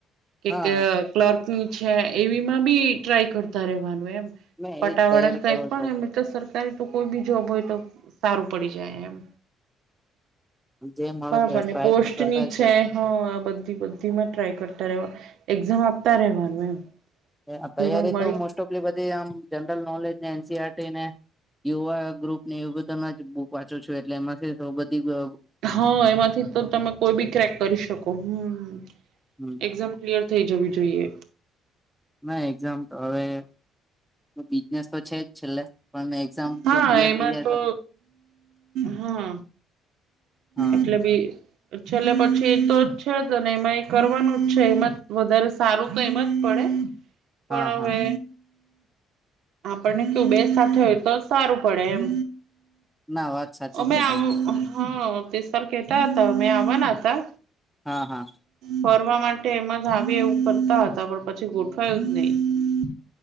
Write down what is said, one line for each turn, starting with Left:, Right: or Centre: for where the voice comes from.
Right: કે
Centre: હા
Right: કે ક્લર્ક નું છે એવીમાં બી ટ્રાય કરતા રેવાનું એમ.
Centre: મેં એજ
Right: પટાવાળા
Centre: તૈયારી
Right: કઈ
Centre: કરો
Right: પણ
Centre: છો
Right: એમ એ તો સરકારી તો કોઈ બી જોબ હોય તો સારું પડી જાય એમ.
Centre: જે મળે
Right: બરાબર
Centre: તે ટ્રાય
Right: ને પોસ્ટની
Centre: તો કરતા છે
Right: એક્ઝામ આપતા રેહવાનું એમ.
Centre: અ તૈયારી
Right: જેમાં મળી
Centre: તો મોસ્ટ ઓફલી બધી આમ જનરલ નોલેજ ને સીઆરટી, ને યુવા ગ્રુપ, ને એવું બધાના જ બુક વાંચું છું એટલે એમાંથીજ બધી વબ
Right: હા! એમાંથી તો તમે કોઈ બી ક્રેક કરી શકો. <inaudible> હમ
Centre: હમ
Right: એક્ઝામ ક્લિયર થઈ જવી જોઈએ.
Centre: ના એક્ઝામ તો અવે બિજનેસ તો છે જ છેલ્લે. પણ એક્ઝામ
Right: હા
Centre: ક્લિયર
Right: એમાં
Centre: થઈ જાય
Right: તો હા
Centre: હા
Right: એટલે બી છેલ્લે પછી એ તો જ છે જ અને એમાં એ કરવાનું જ છે, એમાંજ વધારે સારું તો એમાં જ પડે. પણ
Centre: હા
Right: અવે
Centre: હા
Right: આપણને કીઉ બે સાથે હોય તો સારું પડે એમ,
Centre: ના વાત સાચી
Right: અમે
Centre: છે
Right: આવ
Centre: તમારી
Right: હા કેતા હતા મેં આવાના હતા
Centre: હા હા
Right: ફર માટે એમાં જ આવી એવું કરતા હતા પણ પછી ગોઠવાયું જ નહી